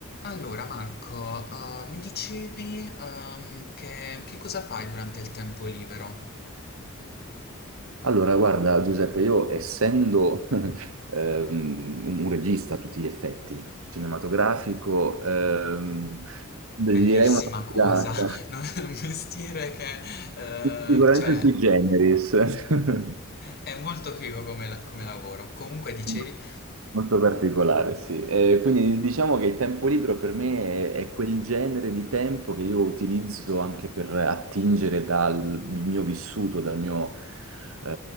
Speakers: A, on the left (about 50°); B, on the right (about 70°).
A: Allora Marco, eh, mi dicevi ehm, che, che cosa fai durante il tempo libero?
B: Allora, guarda, Giuseppe, io essendo <laughs> ehm, un un regista a tutti gli effetti, cinematografico, ehm, direi
A: Bellissima
B: una <laughs> sfilata.
A: cosa, <laughs> no? È un mestiere che eh,
B: Sicuramente
A: cioè,
B: sui generis. <laughs>
A: è molto figo come, la- come lavoro. Comunque dicevi...
B: Eh, Molto particolare, sì. Eh, quindi diciamo che il tempo libero per me è, è quel genere di tempo che io utilizzo anche per attingere dal mio vissuto, dal mio, eh,